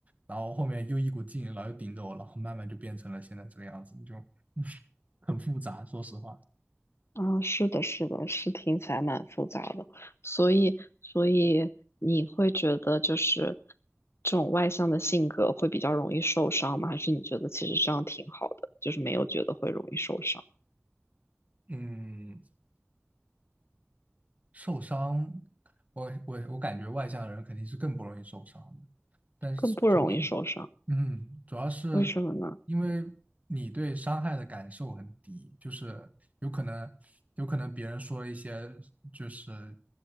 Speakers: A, on the right; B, on the left.
A: 然后后面又一股劲，然后又顶着我，然后慢慢就变成了现在这个样子，就 <laughs> 很复杂，说实话。
B: 啊，是的，是的，是听起来蛮复杂的，所以所以你会觉得就是这种外向的性格会比较容易受伤吗？还是你觉得其实这样挺好的，就是没有觉得会容易受伤，
A: 嗯，受伤，我我我感觉外向的人肯定是更不容易受伤的，但是主要是，
B: 更不容易受伤，
A: 嗯，主要是
B: 为什么呢？
A: 因为你对伤害的感受很低，就是有可能有可能别人说了一些就是